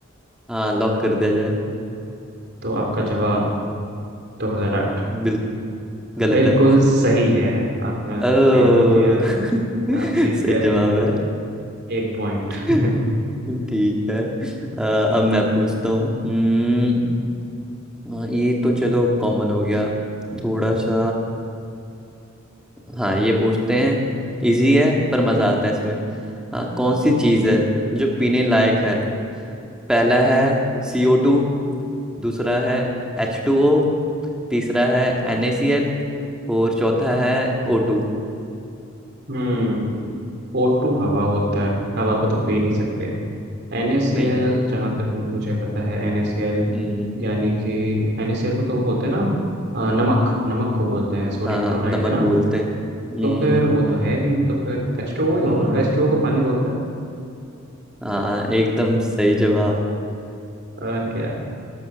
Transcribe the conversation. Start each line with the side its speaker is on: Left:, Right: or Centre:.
Centre: हाँ लॉक कर दिया जाए
Right: तो आपका जवाब 2008
Centre: बिल्कुल गलत
Right: बिल्कुल
Centre: है
Right: सही है आपने
Centre: ओ
Right: सही जवाब दिया है।
Centre: <laughs>
Right: आप जीत
Centre: सही
Right: गए हैं
Centre: जवाब है
Right: एक पॉइंट <laughs>
Centre: <laughs> ठीक है आ, अब मैं पूछता हूँ हम्म, आ, ये तो चलो कॉमन हो गया थोड़ा सा हाँ ये पूछते हैं इजी है पर मजा आता है इसमें आ, कौन सी चीज है जो पीने लायक है पहला है CO2 दूसरा है एच टू ओ तीसरा है एन ए सी एल और चौथा है ओ टू
Right: हम्म O2 हवा होता है हवा को तो पी नहीं सकते NaCl
Centre: नहीं
Right: जहाँ तक मुझे पता है NaCl
Centre: हम्म,
Right: यानी कि NaCl को तो वो बोलते हैं ना अ, नमक नमक को बोलते हैं सोडियम
Centre: हाँ
Right: क्लोराइड
Centre: नमक
Right: है ना
Centre: बोलते हैं हम्म,
Right: तो फिर वो तो है नहीं तो फिर H2O ही होगा
Centre: हम्म,
Right: H2O को पानी बोलते हैं
Centre: हाँ एकदम सही जवाब
Right: और क्या